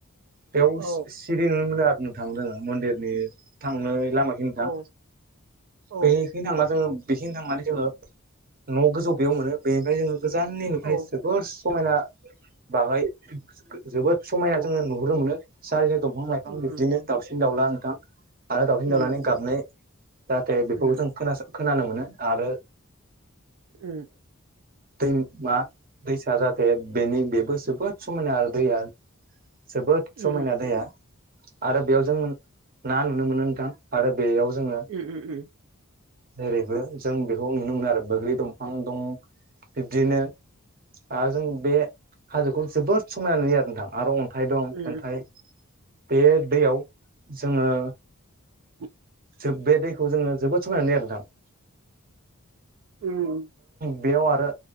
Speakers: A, on the right; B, on the right.
A: बेयाव
B: औ
A: सिरि नुनो मोनो आरो बुंनो थांदोंोङो मन्दिरनि थांनो लामााखि नोंथां
B: औ औ
A: बै बा जोङो बेथिं थांनानै जोङो न' गोजौ बेयाव मोनो बेनिफ्राय जोङो गोजाननि नफ्राय
B: औ
A: जोबोर समायना बागाय जोबोद समायना
B: औ
A: जोङो नुहरनो मोनो सारि साय दंफां लाइफां
B: उम
A: बिब्दिनो दाउसिन दाउला नोंथां आरो दावउसिन
B: उम
A: दावउनानै गाबनाय जाहाथे बेफोरखौ
B: उम
A: जों खोनानो मोनो आरो
B: उ
A: दै मा दैसा जाहाथे बेनि बेबो जोबोद समायना आरो दैया <inaudible> जोबोद
B: उम
A: समायना दैाया आरो बेयाव जों ना नुनो मोनो नोंथां आरो बेयाव जोङो
B: उम उम
A: जेरैबो जों बेखौ नुनो मोनो आरो बग्लि दंफां दं बिब्दिनो आरो जों बे हाजोखौ जोबोद समायना नुयो आरो नोंथां आरो अन्थाइ दं
B: उम
A: अन्थाइ बे दैयाव जोङो
B: <inaudible>
A: ज बे दैखौ जोङो जोबोद समायना लिरदां
B: उम
A: बेयाव आरो